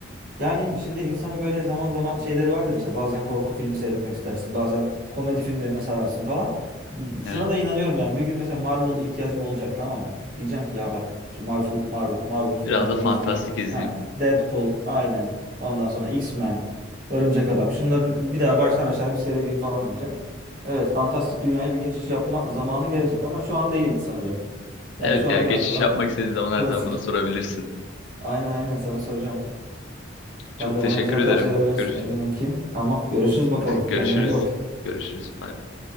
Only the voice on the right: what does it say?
Yani şimdi insanın böyle zaman zaman şeyleri vardır işte bazen korku filmi seyretmek istersin bazen komedi filmlerine sararsın falan. M- Şuna
da inanıyorum yani bir gün mesela Marvel ihtiyacım olacak tamam mı? Diyeceğim ki ya ben şu Marvel, Marvel, Marvel filmlerini
bir izleyeyim.
Ha, Deadpool aynen ondan sonra X-Men, Örümcek Adam şunların bir daha baştan aşağı bir seyredeyim falan diyeceğim. Evet fantastik dünyaya bir geçiş yapma zamanı gelecek ama şu an değil sanırım. Yani
şu
an
biraz daha
klasik.
Aynen aynen sana soracağım. Sen
de
bana güzel
tavsiyeler verirsin
eminim ki. Tamam görüşürüz bakalım.
Kendine iyi bak.